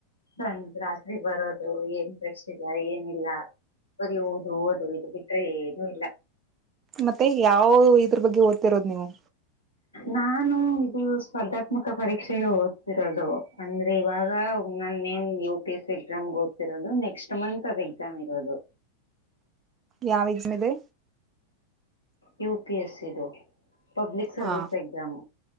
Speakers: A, on the left; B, on the right.
A: ಒಂದ ರಾತ್ರಿ ಬರೋದು, ಏನ್ ಫ್ರೆಶ್ ಇಲ್ಲ ಏನಿಲ್ಲ. ಬರಿ ಓದು, ಓದು ಇದು ಬಿಟ್ರೆ ಏನು ಇಲ್ಲ.
B: ಮತ್ತೆ ಯಾವ, ಇದ್ರ ಬಗ್ಗೆ ಓದ್ತಿರೋದು ನೀವು?
A: ನಾನು ಇದು ಸ್ಪರ್ಧಾತ್ಮಕ ಪರೀಕ್ಷೆಗೆ ಓದ್ತಿರೋದು. ಅಂದ್ರೆ ಇವಾಗ, ನನ್ನೇನ್ U P S C exam ಗ ಓದತಿರೋದು, ನೆಕ್ಸ್ಟ್ ಮಂತ್ ಅದ್ ಎಕ್ಸಾಮ್ ಇರೋದು.
B: ಯಾವ ಎಕ್ಸಾಮ್ ಇದೆ?
A: ಯು ಪಿ ಎಸ್ ಇ ದು ಪಬ್ಲಿಕ್ ಸರ್ವಿಸ್
B: ಹಾ
A: ಎಕ್ಸಾಮ್.